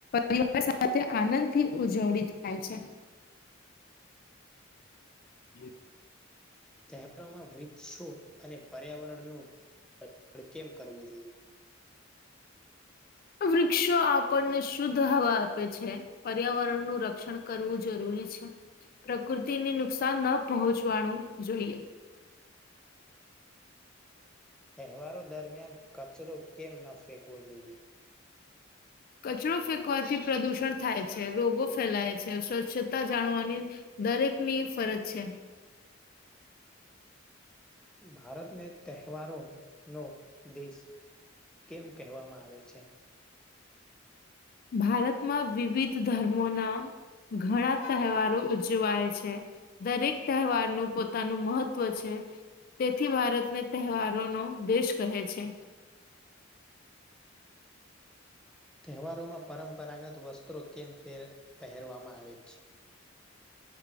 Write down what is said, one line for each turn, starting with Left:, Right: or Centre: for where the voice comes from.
Left: પરિવાર સાથે આનંદ થી ઉજવણી થાય છે. હમ.
Centre: તહેવારોમાં વૃક્ષો અને પર્યાવરણનું રક્ષણ કેમ કરવું જોઈએ?
Left: વૃક્ષો આપણને શુદ્ધ હવા આપે છે પર્યાવરણનું રક્ષણ કરવું જરૂરી છે. પ્રકૃતિને નુકસાન ન પહોંચવાનું જોઈએ.
Centre: તહેવારો દરમિયાન કચરો કેમ ન ફેંકવો જોઈએ?
Left: કચરો ફેંકવાથી પ્રદુષણ થાય છે રોગો ફેલાય છે સ્વચ્છતા જાળવવાની દરેક ની ફરજ છે.
Centre: ભારતને તહેવારો નો દેશ કેમ કહેવામાં આવે છે?
Left: ભારતમાં વિવિધ ધર્મોના ઘણા તહેવારો ઉજવાય છે. દરેક તહેવારનું પોતાનું મહત્વ છે. તેથી ભારતને તહેવારોનો દેશ કહે છે.
Centre: તહેવારોમાં પરંપરાગત વસ્ત્રો કેમ ફેર પહેરવામાં આવે છે?